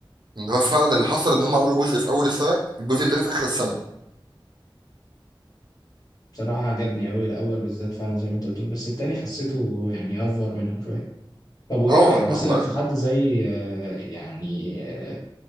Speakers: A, on the right; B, on the left.
A: ان هو فعلا اللي حصل ان هم عملوا جزء في اول السنه الجزء التاني في اخر السنه
B: بصراحه عجبني قوي الاول بالذات فعلا زي ما انت بتقول بس التاني حسيته يعني افور منهم شويه طب وايه
A: اه
B: رايك
A: ان
B: مثلا
A: هم
B: في حد زي آه، يعني آه،